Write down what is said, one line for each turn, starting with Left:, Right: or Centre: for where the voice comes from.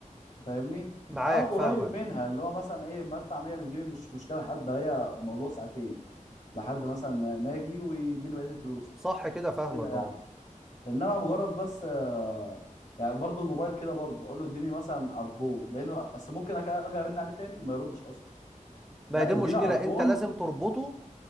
Left: انت فاهمني
Centre: معاك
Left: او قريب
Centre: فاهمك
Left: منها اللي هو مثلا ايه ما ادفع 100 من جيبي مش مشكلة حد هي موضوع ساعتين لحد مثلا ما ما اجي ويديني بقيه فلوسي
Centre: صح كده فاهمك
Left: كده يعني
Centre: اه
Left: انما مجرد بس آه، يعني برضو الموبايل كده برضو اقول له اديني مثلا عربون لانه اصل ممكن أك- ارجع ارن عليه تاني ما يردش اصلا
Centre: ما
Left: لا
Centre: هي دي
Left: اديني
Centre: المشكلة
Left: عربون
Centre: انت لازم تربطه